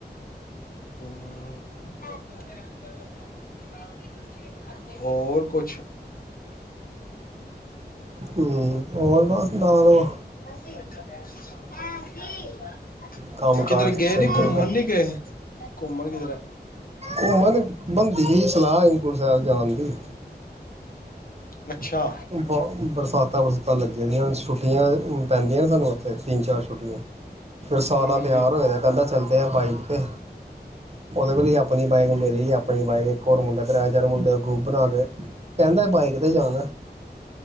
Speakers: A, on the left (about 55°); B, on the right (about 40°).
A: ਹਮ <unintelligible> <unintelligible> ਹੋਰ ਕੁਛ
B: ਹੂੰ, ਹੋਰ ਬਸ ਲਾ ਲਓ
A: <unintelligible>
B: ਕੰਮ
A: ਕਿਧਰੇ
B: ਕਾਰ ਸਹੀ
A: ਗਏ ਨੀ,
B: ਚੱਲਦਾ
A: ਘੁੰਮਣ ਨਹੀਂ ਗਏ ਘੁੰਮਣ ਕਿਧਰ
B: ਘੁੰਮਣ ਕੀਤੀ ਸਲਾਹ ਹੇਮਕੁਟ ਸਾਹਿਬ ਜਾਣ ਦੀ।
A: ਅੱਛਾ
B: <inaudible> <inaudible> ਪੈਂਦੀਆਂ ਨੇ ਸਾਨੂੰ ਉਥੇ ਤਿੰਨ ਚਾਰ ਛੁੱਟੀਆਂ ਫਿਰ ਸਾਲਾ
A: ਹੂੰ ਹੂੰ
B: ਤਿਆਰ
A: ਹੂੰ
B: ਹੋਇਆ, ਕਹਿੰਦਾ ਚਲਦੇ ਆ ਬਾਈਕ ਤੇ ਉਹਦੇ ਕੋਲ ਆਪਣੀ ਬਾਈਕ ਮੇਰੀ ਆ ਇੱਕ ਹੋਰ ਮੁੰਡਾ ਹੋਰ ਕਰਾਇਦਾਰ ਮੁੰਡੇ ਦਾ ਗਰੁੱਪ ਬਣਾ ਕੇ ਕਹਿੰਦਾ ਬਾਏ ਕਿਤੇ ਜਾਣਾ